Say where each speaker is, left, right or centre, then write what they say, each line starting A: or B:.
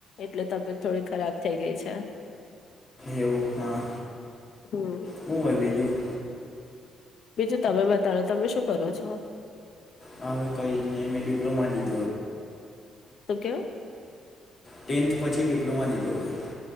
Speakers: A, on the left; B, on the left.
A: એટલે તબિયત થોડી ખરાબ થઈ ગઈ છે.
B: એવું હા.
A: હમ
B: હું હોય બીજું.
A: બીજું તમે બતાડો તમે શું કરો છો?
B: હવે કઈ જ ન મેં ડિપ્લોમા લીધી.
A: શું કેવો?
B: ટેન્થ પછી ડિપ્લોમા લીધો હોય.